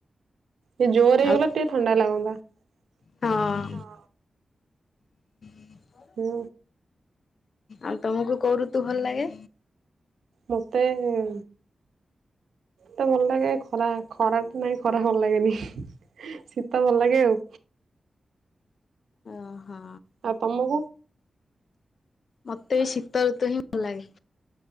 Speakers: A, on the right; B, on the left.
A: ଟିକେ ଜୋରେ ହେଇଗଲେ
B: ଆଉ
A: ଟିକେ ଥଣ୍ଡା ଲାଗନ୍ତା।
B: ହଁ <inaudible>
A: ହୁଁ।
B: ଆଉ ତମୁକୁ କୋଉ ଋତୁ ଭଲ ଲାଗେ?
A: ମୋତେ ଏ-ଏ ତେ ଭଲ୍ ଲାଗେ ଖରା ଖରା ନାଇଁ ଖରା ଭଲ୍ ଲାଗେନି। ଶୀତ ଭଲ ଲାଗେ ଆଉ।
B: ଅ ହଁ।
A: ଆଉ ତମକୁ
B: ମତେ ଏଇ ଶୀତ ଋତୁ ହିଁ ଭଲ ଲାଗେ।